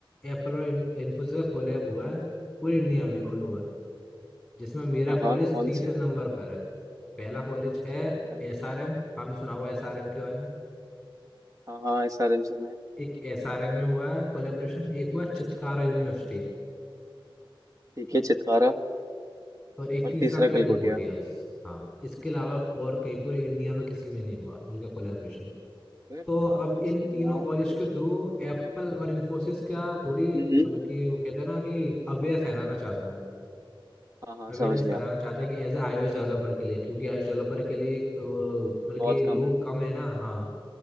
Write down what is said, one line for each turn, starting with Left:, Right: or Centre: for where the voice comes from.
Centre: एप्पल और इन्फोसिस का कोलैब हुआ है पूरे इंडिया में ऑल ओवर जिसमें मेरा
Right: हाँ हाँ
Centre: कॉलेज
Right: कौन
Centre: तीसरे
Right: से
Centre: नंबर पर है पहला कॉलेज है
Right: अरे
Centre: एसआरएम आपने सुना होगा एसआरएम के बारे में
Right: हाँ हाँ एस आर एम से में
Centre: एक एसआरएम में हुआ है कोलेबोरेशन एक हुआ चितकारा यूनिवर्सिटी
Right: ठीक है चितकारा
Centre: और एक
Right: और
Centre: तीसरा
Right: तीसरा
Centre: मेरा
Right: कलकोटिया
Centre: गलगोटियास हाँ इसके अलावा और कहीं पूरे इंडिया में किसी में नहीं हुआ उनका कोलेबोरेशन
Right: तो यार
Centre: तो
Right: काफी
Centre: अब इन
Right: से
Centre: तीनों
Right: यार
Centre: कॉलेज
Right: ये तो
Centre: के थ्रू एप्पल और इन्फोसिस क्या थोड़ी
Right: हम्म
Centre: मतलब कि वो कहते हैं ना कि अवेयर फैलाना चाहता है
Right: हाँ हाँ
Centre: अवेयरनेस
Right: समझ गया
Centre: फैलाना चाहता है कि एज ए आईओएस डेवलपर के लिए क्योंकि आईओएस डेवलपर के लिए अ, मतलब
Right: बहुत
Centre: कि लोग
Right: कम है
Centre: कम है ना हाँ